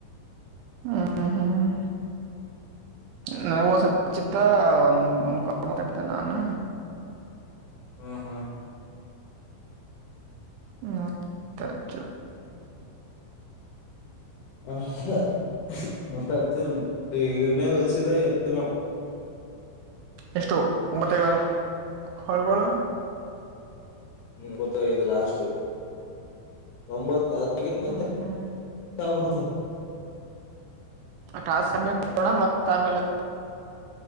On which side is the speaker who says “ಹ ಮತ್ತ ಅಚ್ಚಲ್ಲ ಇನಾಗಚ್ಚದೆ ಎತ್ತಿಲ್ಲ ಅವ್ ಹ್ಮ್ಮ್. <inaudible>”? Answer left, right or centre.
Left